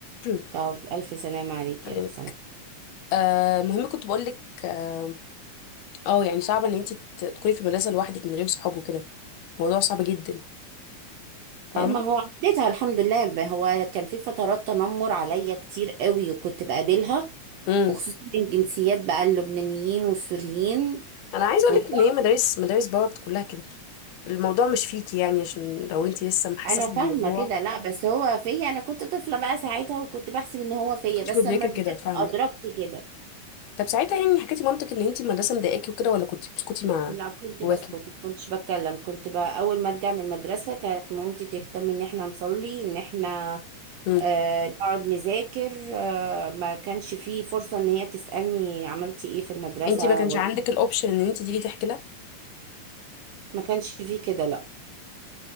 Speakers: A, on the left; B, on the right.
A: <coughs>
B: طب الف سلامه
A: <clears throat>
B: عليكي
A: اكلمك
B: الف سلامه
A: آه المهم كنت بقول لك اه آه، يعني صعب ان انت تكوني في مدرسه لوحدك من غير صحاب وكده الموضوع صعب جدا فاهمه
B: طيب، ما هو عديتها الحمد لله ب- هو كان في فترات تنمر عليا كتير قوي وكنت بقابلها
A: امم
B: وخصوصا من جنسيات بقى اللبنانيين والسوريين
A: انا عايزه
B: فضاء
A: اقول لك ان هي مدارس مدارس بابا بت- كلها كده الموضوع مش فيكي يعني عشان لو انت لسه محسسه
B: انا فاهمه
A: بالموضوع
B: كده لا بس هو فيا انا كنت طفله بقى ساعتها وكنت بحسب ان هو فيا
A: مش
B: بس
A: مدركه
B: لما كبرت
A: كده فاهمه
B: ادركت كده
A: طب ساعتها يعني حكيتي مامتك ان انت المدرسه مضايقاكي وكده ولا كنت بتسكتي مع
B: لا كنت
A: جواكي
B: بسكت ما كنتش بتكلم كنت بقى اول ما ارجع من المدرسه كانت مامتي تهتم ان احنا نصلي ان احنا
A: امم
B: آه، نقعد نذاكر آه، ما كانش فيه فرصة ان هي تسألني عملتي ايه في المدرسة
A: انت ما كانش
B: واجب-
A: عندك الاوبشن ان انت تيجي تحكي لها
B: ما كانش فيه كده لا